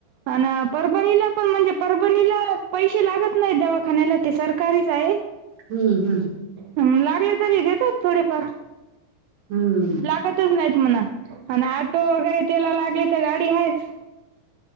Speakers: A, on the right; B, on the right.
A: आणि परभणीला पण म्हणजे परभणीला पैसे लागत नाही दवाखान्याला ते सरकारीच आहे.
B: हम्म हम्म
A: लागले तरी देतात थोडेफार
B: हम्म
A: लागत नाहीत म्हणा आणि ऑटो वगैरे त्यायला लागले तर गाडी आहेच.